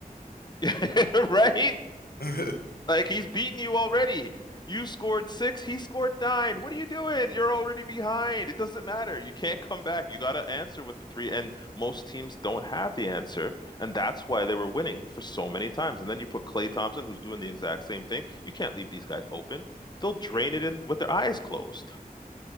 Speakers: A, on the left; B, on the left.
A: <laughs> Right?
B: yeah. <laughs>
A: Like he's beaten you already. You scored six, he scored nine. What are you doing? You're already behind. It doesn't matter. You can't come back. You got to answer with the three, and most teams don't have the answer, and that's why they were winning for so many times. And then you put Clay Thompson, who's doing the exact same thing. You can't leave these guys open. They'll drain
B: Mm,
A: it in with their eyes closed,